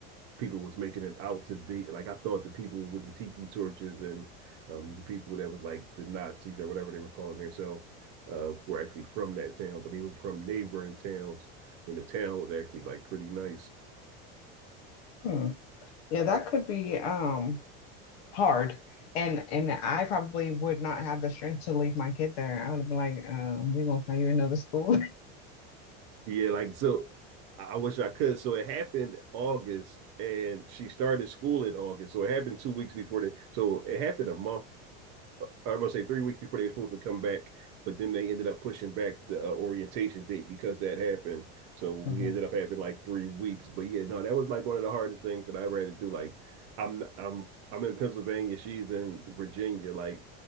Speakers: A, on the right; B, on the left.
A: people was making it out to be. Like I thought the people with the tiki torches and um the people that was like the Nazis or whatever they were calling themselves uh were actually from that town, but they was from neighboring towns and the town was actually like pretty nice.
B: Hmm. Yeah, that could be um hard. And and I probably would not have the strength to leave my kid there. I would have been like, um, we're gonna find you another school.
A: Yeah, like so I wish I could. So it happened August and she started school in August. So it happened two weeks before that. so it happened a month I was gonna say three weeks before they were supposed to come back, but then they ended up pushing back the uh, orientation date because that happened. So we
B: <laughs>
A: ended up having like three weeks. But yeah, no, that was like one of the hardest things that I ever had to do. Like, I'm I'm I'm in Pennsylvania, she's in Virginia. Like,